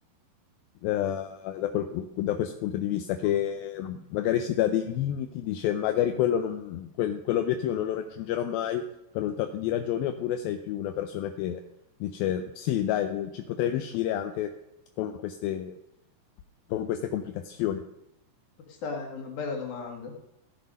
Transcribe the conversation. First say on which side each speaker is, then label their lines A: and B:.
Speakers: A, on the left; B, on the left.
A: eh, da, quel- da questo punto di vista, che
B: Ok,
A: magari si dà dei limiti, dice magari quello non- quel- quell'obiettivo non lo raggiungerò mai per un tot di ragioni, oppure sei più una persona che dice sì, dai, ci potrei riuscire anche con queste, con queste complicazioni.
B: questa è una bella domanda,